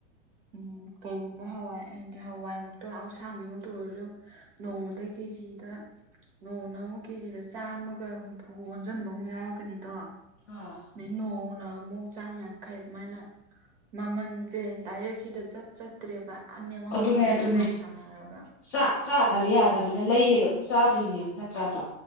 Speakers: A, on the right; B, on the left.
A: ꯎꯝ ꯀꯩꯒꯨꯝꯕ ꯍꯋꯥꯏ ꯑꯦꯗꯤ ꯍꯋꯥꯏ ꯃꯨꯛꯇ ꯑꯥ ꯑꯁꯥꯡꯕꯤꯃꯨꯛꯇ ꯑꯣꯏꯔꯖꯨ ꯅꯣꯡꯃꯗ ꯀꯦꯖꯤꯗ ꯅꯣꯡꯃꯥꯅ ꯑꯃꯨꯛ ꯀꯦꯖꯤꯗ ꯆꯥꯝꯃꯒ ꯍꯨꯝꯐꯨ ꯑꯣꯟꯖꯟꯕ ꯃꯨꯛ ꯌꯥꯎꯔꯛꯀꯅꯤꯗꯣ
B: ꯑꯥ
A: ꯃꯤ ꯅꯣꯡꯃ ꯅꯥ ꯑꯃꯨꯛ ꯆꯥꯝ ꯌꯥꯡꯈꯩ ꯑꯗꯨꯃꯥꯏꯅ ꯃꯃꯟꯖꯦ ꯗꯥꯏꯔꯦꯛ ꯁꯤꯗ ꯆꯞ ꯆꯠꯇ꯭ꯔꯦꯕ ꯑꯅꯦꯝ ꯑꯋꯥꯡ
B: ꯑꯗꯨꯅꯦ
A: ꯑꯅꯦꯝ
B: ꯑꯗꯨꯅꯦ
A: ꯑꯋꯥꯡ ꯁꯥꯟꯅꯔꯒ
B: ꯆꯥ ꯆꯥꯗꯕ ꯌꯥꯗꯝꯅꯤꯅ ꯂꯩꯔꯒ ꯑꯗꯨꯝ ꯆꯥꯗꯣꯏꯅꯦꯕ ꯅꯠꯇ꯭ꯔꯥꯗꯣ